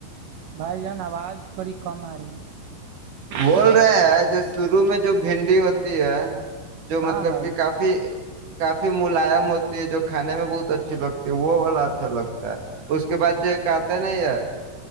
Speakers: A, on the right (about 80°); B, on the right (about 45°).
A: بھائی جان آواز تھوڑی کم آ رہی ہے
B: بول رہے ہیں جس شروع میں جو بھنڈی ہوتی ہے جو مطلب
A: ہاں بھائی
B: کہ
A: جان
B: کافی کپ ملائم ہوتی ہے جو کہ بہت اچھیے لگتی ہیں وہ والا اچھا لگتا ہے اس کے بعد جی کہتے نہیں ہے